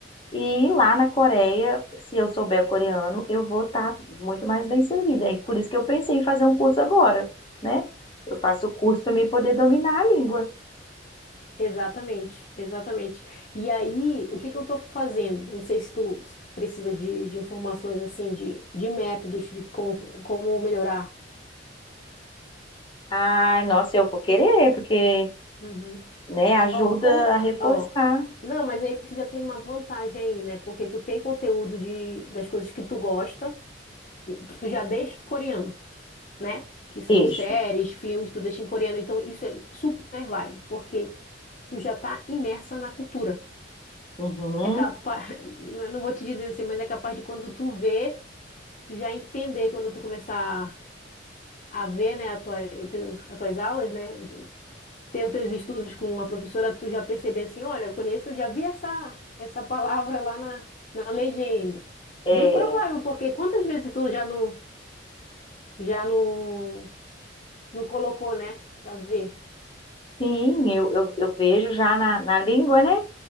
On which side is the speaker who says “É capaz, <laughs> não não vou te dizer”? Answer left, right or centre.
Left